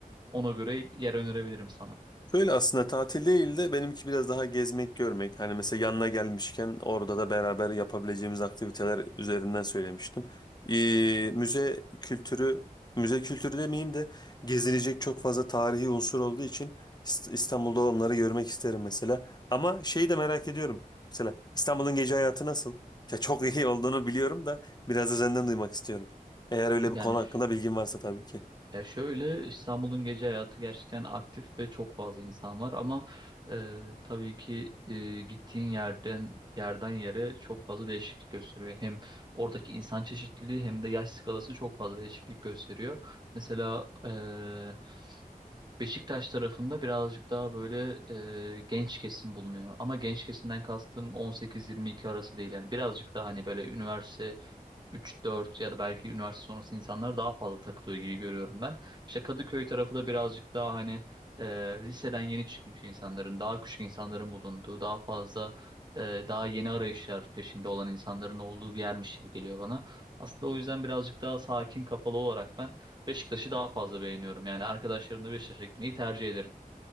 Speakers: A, on the right (about 30°); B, on the left (about 30°).
A: ona göre yer önerebilirim sana.
B: Böyle aslında tatil değil de benimki biraz daha gezmek, görmek. Hani mesela yanına gelmişken orada da beraber yapabileceğimiz aktiviteler üzerinden söylemiştim. Ee, müze kültürü, müze kültürü demeyeyim de gezilecek çok fazla tarihi unsur olduğu için İst- İstanbul'da onları görmek isterim mesela. Ama şeyi de merak ediyorum. Mesela İstanbul'un gece hayatı nasıl? Ya çok iyi olduğunu biliyorum da biraz da senden duymak istiyorum. Eğer öyle
A: Yani
B: bir konu hakkında bilgin varsa tabii ki.
A: Ya şöyle İstanbul'un gece hayatı gerçekten aktif ve çok fazla insan var ama e, tabii ki e, gittiğin yerden yerden yere çok fazla değişiklik gösteriyor. Hem oradaki insan çeşitliliği hem de yaş skalası çok fazla değişiklik gösteriyor. Mesela e, Beşiktaş tarafında birazcık daha böyle e, genç kesim bulunuyor. Ama genç kesimden kastım 18-22 arası değil yani birazcık daha hani böyle üniversite üç dört ya da belki üniversite sonrası insanlar daha fazla takılıyor gibi görüyorum ben. İşte Kadıköy tarafı da birazcık daha hani e, liseden yeni çıkmış insanların, daha küçük insanların bulunduğu, daha fazla e, daha yeni arayışlar peşinde olan insanların olduğu bir yermiş gibi geliyor bana. Aslında o yüzden birazcık daha sakin, kapalı olarak ben Beşiktaş'ı daha fazla beğeniyorum. Yani arkadaşlarımla Beşiktaş'a gitmeyi tercih ederim.